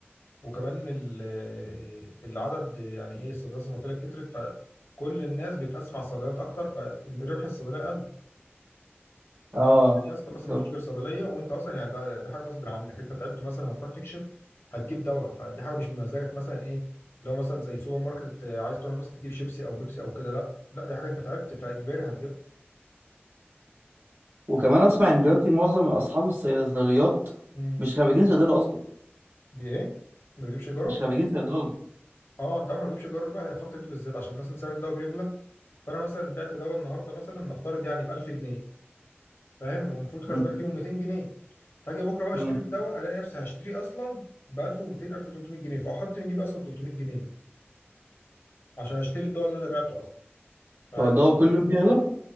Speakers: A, on the left; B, on the right.
A: وكمان ال- العدد يعني ايه الصيدليات زي ما قلت لك كترت فكل الناس بتقسم على الصيدليات اكتر فربح الصيدليه قل انما
B: اه
A: زمان يا اسطى مثلا
B: بالظبط
A: ما فيش غير صيدليه وانت اصلا يعني ده ده حاجه غصب عنك انت تعبت مثلا هتروح تكشف هتجيب دواء فدي حاجه مش من مزاجك مثلا ايه لو مثلا زي سوبر ماركت عايز تروح مثلا تجيب شيبسي او بيبسي او كده لا لا دي حاجه انت تعبت فاجباري هتجيب
B: وكمان
A: انت فاهم
B: أسمع إن دلوقتي معظم أصحاب الصيدليات
A: امم
B: مش خريجين صيدلة أصلا
A: بايه ما بيجيبش ايجاره؟
B: مش خريجين صيدلة
A: اه انت عارف ما بجيبش ايجار بقى الفتره دي بالذات عشان مثلا سعر الدواء بيغلى فانا مثلا بعت دواء النهارده مثلا نفترض يعني ب 1000 جنيه فاهم ومفروض كسبان
B: امم
A: فيهم 200 جنيه هاجي بكره بقى
B: امم
A: اشتري الدواء الاقي نفسي هشتريه اصلا ب 1200 1300 جنيه فاحط من جيبي اصلا 300 جنيه عشان اشتري الدواء اللي انا بعته اصلا فلسه
B: هو الدواء كل يوم بيغلى